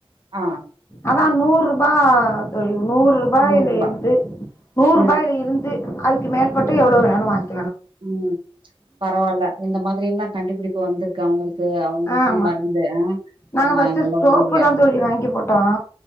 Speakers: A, on the right; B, on the left.
A: ஆஹ்
B: அதா நூறு ரூபா தோழி நூறு ரூபாயில
A: நூறுபா
B: இருந்து நூறு ரூபாயில
A: ம்
B: இருந்து அதுக்கு மேற்பட்டு எவ்ளோ வோணுனாலு வாங்கி
A: உம் பரவாயில்ல இந்த மாதிரி எல்லா கண்டுபிடிப்ப வந்திருக்கு அவங்களுக்கு அவங்களுக்குன்னு
B: ஆமா
A: மருந்து
B: நாங்க
A: அ
B: பஸ்ட்டு
A: நல்ல
B: சோப்பு
A: உதவியா
B: தா
A: இருக்கு
B: தோழி வாங்கி போட்டோம்